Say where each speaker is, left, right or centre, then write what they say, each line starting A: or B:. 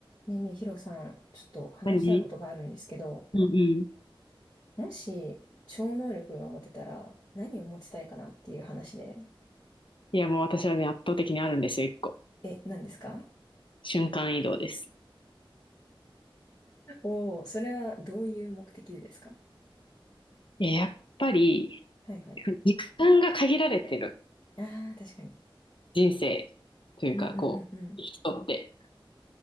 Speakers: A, on the left (about 35°); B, on the left (about 65°).
A: ねえねえ、ヒロさん、ちょっと話したいことがあるんですけど、
B: 何うんうん。
A: もし超能力が持てたら何を持ちたいかなっていう話で、
B: いや、もう私はね、圧倒的にあるんですよ、一個。
A: え、何ですか
B: 瞬間移動です。
A: お <laughs> おー、それはどういう目的でですか
B: いや、やっぱり、
A: はいはい。
B: 時間が限られてる
A: ああ、確かに。
B: 人生というか、
A: うんうんうんうん。
B: こう、人って、